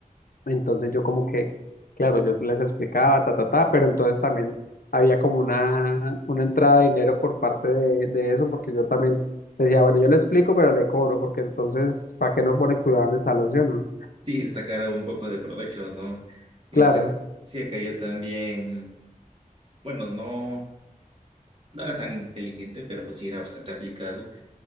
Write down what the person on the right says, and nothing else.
Sí, sacar un poco de provecho, ¿no? Y,
o sea, sí, acá yo también, bueno, no, no era tan inteligente, pero pues sí era bastante aplicado.